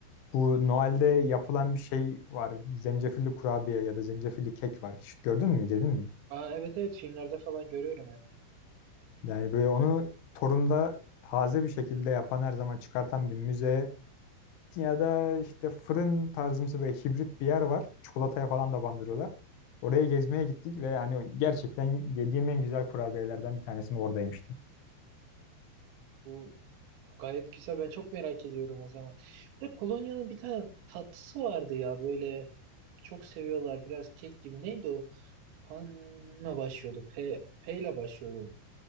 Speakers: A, on the left; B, on the right.
A: Bu Noel'de yapılan bir şey var. Zencefilli kurabiye ya da zencefilli kek var. Hiç gördün mü, dedin mi?
B: Aa, evet evet filmlerde falan görüyorum hep.
A: Yani böyle onu Torun'da taze bir şekilde yapan her zaman çıkartan bir müze ya da işte fırın tarzımsı böyle hibrit bir yer var. Çikolataya falan da bandırıyorlar. Oraya gezmeye gittik ve yani gerçekten yediğim en güzel kurabiyelerden bir tanesini orada yemiştim.
B: Bu gayet güzel. Ben çok merak ediyorum o zaman. Bir de Polonya'nın bir tane tatlısı vardı ya böyle çok seviyorlar. Biraz kek gibi. Neydi o? Pan'la başlıyordu. P, P ile başlıyordu.